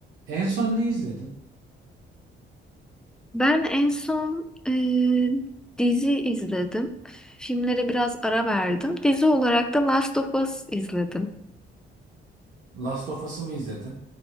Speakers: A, on the right; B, in the centre.
A: En son ne izledin?
B: Ben en son e, dizi izledim. Filmlere biraz ara verdim. Dizi olarak da Last of Us izledim.
A: Last of Us'ı mı izledin?